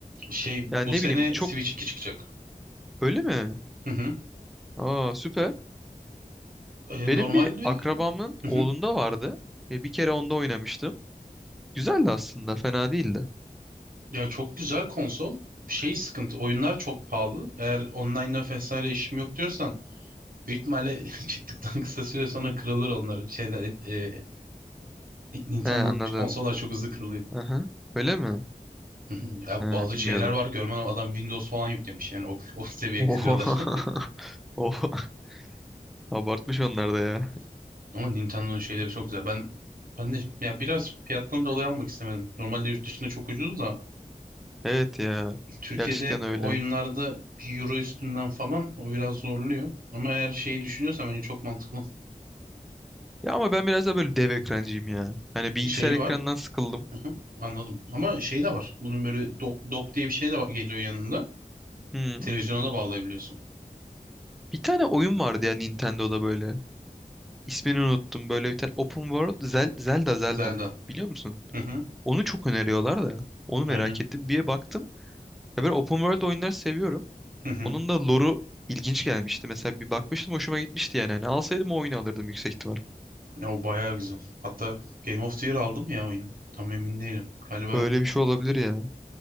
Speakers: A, on the right; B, in the centre.
A: Şey
B: Yani
A: bu
B: ne
A: sene
B: bileyim çok
A: Switch 2 çıkacak.
B: öyle mi?
A: Hı hı.
B: Aa süper.
A: Ee,
B: Benim
A: normalde
B: bir akrabamın
A: hı
B: oğlunda
A: hı.
B: vardı. Ya bir kere onda oynamıştım. Güzeldi aslında fena değildi.
A: Ya çok güzel konsol. Şey sıkıntı. Oyunlar çok pahalı. Eğer online'la vesaire işim yok diyorsan büyük ihtimalle <laughs> çıktıktan kısa süre sonra kırılır onlar şeyler e, Ni- Nintendo'nun
B: He anladım.
A: konsollar çok hızlı kırılıyor.
B: Aha. Öyle mi?
A: <laughs> Hı hı. Ya
B: He
A: bazı
B: bilmiyordum.
A: şeyler var görmen lazım. adam Windows falan yüklemiş yani o, o seviye
B: Oha.
A: kırıyorlar.
B: <laughs> Oh, abartmış onlar da ya.
A: <laughs> Ama Nintendo'nun şeyleri çok güzel. Ben ben de ya biraz fiyattan dolayı almak istemedim. Normalde yurt dışında çok ucuz da
B: Evet ya.
A: Türkiye'de
B: Gerçekten öyle.
A: oyunlarda bir euro üstünden falan o biraz zorluyor. Ama eğer şeyi düşünüyorsam hani çok mantıklı.
B: Ya ama ben biraz da böyle dev ekrancıyım ya. Hani bilgisayar
A: Şeyi
B: ekranından
A: var.
B: sıkıldım.
A: Hı hı, anladım. Ama şey de var. Bunun böyle dock, dock diye bir şey de var- geliyor yanında.
B: Hmm.
A: Televizyona da bağlayabiliyorsun.
B: Bir tane oyun vardı ya Nintendo'da böyle. İsmini unuttum. Böyle bir tane Open World Zel Zelda Zelda.
A: Zelda.
B: Biliyor musun?
A: Hı hı,
B: Onu çok öneriyorlar da. Onu merak
A: aynen.
B: ettim. Bir baktım. Ya ben Open World oyunları seviyorum.
A: <laughs>
B: Onun da lore'u ilginç gelmişti. Mesela bir bakmıştım hoşuma gitmişti yani. Hani alsaydım o oyunu alırdım yüksek ihtimal.
A: Ya O bayağı güzel. Hatta Game of the Year aldı mı ya oyun? Tam emin değilim. Galiba
B: Öyle bir şey olabilir ya.